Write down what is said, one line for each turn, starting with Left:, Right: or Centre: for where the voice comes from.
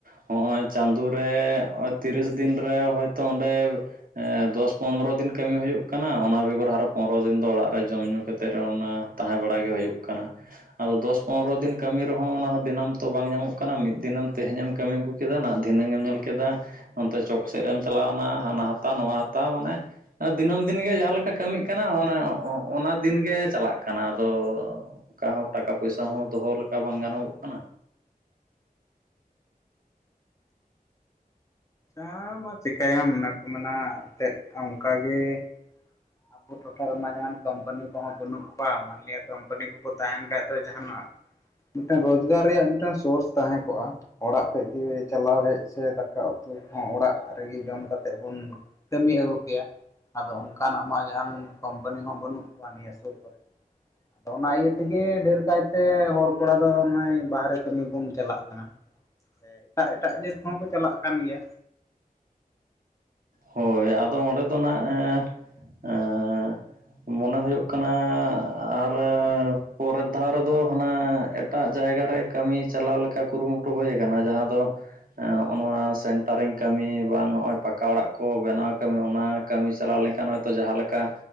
Right: ᱦᱚᱜᱼᱚᱭ ᱪᱟᱸᱫᱚ ᱨᱮ ᱦᱚᱭ ᱛᱤᱨᱤᱥ ᱫᱤᱱ ᱨᱮ ᱦᱚᱭᱛᱳ ᱚᱸᱰᱮᱼᱼ ᱮ ᱫᱚᱥ ᱯᱚᱱᱨᱚ ᱫᱤᱱ ᱠᱟᱹᱢᱤ ᱦᱩᱭᱩᱜ ᱠᱟᱱᱟ ᱾ ᱚᱱᱟ ᱵᱮᱜᱚᱨ ᱟᱨᱚ ᱯᱚᱱᱨᱚ ᱫᱤᱱ ᱫᱚ ᱚᱲᱟᱜ ᱨᱮ ᱡᱚᱢ ᱧᱩ ᱠᱟᱛ ᱛᱮ ᱨᱮ ᱚᱱᱟ ᱛᱟᱦᱮᱸ ᱵᱟᱲᱟ ᱜᱮ ᱦᱩᱭᱩᱜ ᱠᱟᱱᱟ ᱾ ᱟᱫᱚ ᱫᱚᱥ ᱯᱚᱱᱨᱚ ᱫᱤᱱ ᱠᱟᱹᱢᱤ ᱨᱮᱦᱚ ᱚᱱᱟ ᱦᱚ ᱫᱤᱱᱟᱹᱢ ᱛᱚ ᱵᱟᱝ ᱧᱟᱢᱚᱜ ᱠᱟᱱᱟ, ᱢᱤᱫ ᱫᱤᱱᱮᱢ ᱛᱮᱦᱮᱧ ᱮᱢ ᱠᱟᱹᱢᱤ ᱟᱹᱜᱩ ᱠᱮᱫᱟ ᱱᱟᱜ ᱫᱷᱤᱱᱟᱹᱝ ᱮᱢ ᱧᱮᱞ ᱠᱮᱫᱟ ᱚᱱᱛᱮ ᱪᱚᱠ ᱥᱮᱫ ᱮᱢ ᱪᱟᱞᱟᱣ ᱮᱱᱟᱼᱼ ᱦᱟᱱᱟ ᱦᱟᱛᱟᱣ ᱱᱚᱣᱟ ᱦᱟᱛᱟᱣ ᱢᱟᱱᱮᱼᱼ ᱫᱤᱱᱟᱹᱢ ᱫᱤᱱᱜᱮ ᱡᱟᱦᱟ ᱞᱮᱠᱟ ᱠᱟᱹᱢᱤᱜ ᱠᱟᱱᱟ ᱚᱱᱮ ᱚᱱᱟ ᱫᱤᱱ ᱜᱮ ᱪᱟᱞᱟᱜ ᱠᱟᱱᱟ, ᱟᱫᱚᱼᱼ ᱚᱠᱟ ᱦᱚ ᱴᱟᱠᱟ ᱯᱚᱭᱥᱟ ᱦᱚ ᱫᱚᱦᱚ ᱞᱮᱠᱟ ᱵᱟᱝ ᱜᱟᱱᱚᱜᱚᱜ ᱠᱟᱱᱟ ᱾
Left: ᱪᱟ ᱢᱟ ᱪᱤᱠᱟᱹᱭᱟᱢ ᱚᱱᱟᱠᱚ ᱢᱮᱱᱟ ᱛᱮᱫ ᱚᱱᱠᱟ ᱜᱮ ᱾ ᱟᱵᱚ ᱴᱚᱴᱷᱟ ᱨᱮᱢᱟ ᱡᱟᱦᱟᱱ ᱠᱟᱹᱢᱯᱟᱱᱤ ᱠᱚᱦᱚᱸ ᱵᱟᱹᱱᱩᱜ ᱠᱚᱣᱟ, ᱢᱟᱱ ᱵᱚᱞᱮ ᱠᱳᱢᱯᱟᱱᱤ ᱠᱚᱠᱚ ᱛᱟᱦᱮᱱ ᱠᱷᱟᱡ ᱫᱚ ᱡᱟᱦᱟ ᱱᱟᱜᱼᱼ ᱢᱤᱫᱴᱮᱱ ᱨᱳᱡᱽᱜᱟᱨ ᱨᱮᱭᱟᱜ ᱢᱤᱫᱴᱮᱱ ᱥᱳᱨᱥ ᱛᱟᱦᱮ ᱠᱚᱜᱼᱟ ᱾ ᱚᱲᱟᱜ ᱠᱷᱚᱡ ᱜᱮ ᱪᱟᱞᱟᱣ ᱦᱮᱡ ᱥᱮ ᱫᱟᱠᱟ ᱩᱛᱩ ᱠᱚᱦᱚ ᱚᱲᱟᱜ ᱨᱮᱜᱮ ᱡᱚᱢ ᱠᱟᱛᱮᱫ ᱵᱚᱱᱼᱼ ᱠᱟᱹᱢᱤ ᱟᱹᱜᱩ ᱠᱮᱭᱟ ᱟᱫᱚ ᱚᱱᱠᱟᱱᱟᱜ ᱢᱟ ᱡᱟᱦᱟᱱ ᱠᱳᱢᱯᱟᱱᱤ ᱦᱚ ᱵᱟᱹᱱᱩᱜ ᱠᱚᱣᱟ ᱱᱤᱭᱟᱹ ᱥᱩᱨ ᱠᱚᱨᱮ ᱾ ᱟᱫᱚ ᱚᱱᱟ ᱤᱭᱟᱹ ᱛᱮᱜᱮ ᱰᱷᱮᱨ ᱠᱟᱭᱛᱮ ᱦᱚᱲ ᱠᱚᱲᱟ ᱫᱚ ᱱᱚᱜᱼᱚᱭ ᱵᱟᱦᱨᱮ ᱠᱟᱹᱢᱤ ᱵᱚᱱ ᱪᱟᱞᱟᱜ ᱾ ᱠᱟᱱᱟ ᱥᱮ ᱮᱴᱟᱜ ᱮᱴᱟᱜ ᱡᱟᱹᱛ ᱠᱚᱦᱚ ᱠᱚ ᱪᱟᱞᱟᱜ ᱠᱟᱱ ᱜᱮᱭᱟ᱾
Right: ᱦᱳᱭ ᱟᱫᱚ ᱚᱸᱰᱮ ᱫᱚ ᱱᱟᱜ ᱮᱸ ᱮᱸᱻ᱾ ᱢᱚᱱᱮ ᱦᱳᱭᱩᱜ ᱠᱟᱱᱟ ᱟᱨ ᱯᱚᱨᱮᱨ ᱫᱷᱟᱣ ᱨᱮᱫᱚ ᱦᱟᱱᱟ ᱮᱴ ᱴᱟᱜ ᱡᱟᱭᱜᱟ ᱨᱮ ᱠᱟᱹᱢᱤ ᱪᱟᱞᱟᱣ ᱞᱮᱠᱟ ᱠᱩᱨᱩᱢᱩᱴᱩ ᱦᱩᱭ ᱠᱟᱱᱟ ᱡᱟᱦᱟᱸ ᱫᱚ ᱮ ᱦᱚᱸᱷ-ᱚ ᱱᱚᱣᱟ ᱥᱮᱱᱴᱟᱨᱤᱝ ᱠᱟᱹᱢᱤ ᱵᱟᱝ ᱦᱚᱸᱜᱼᱚᱭ ᱯᱟᱠᱟ ᱚᱲᱟᱜ ᱠᱚ ᱵᱮᱱᱟᱣ ᱠᱟᱹᱢᱤ ᱚᱱᱟ ᱠᱟᱹᱢᱤ ᱪᱟᱞᱟᱣ ᱞᱮᱱᱠᱷᱟᱱ ᱦᱚᱭᱛᱳ ᱡᱟᱦᱟᱸ ᱞᱮᱠᱟ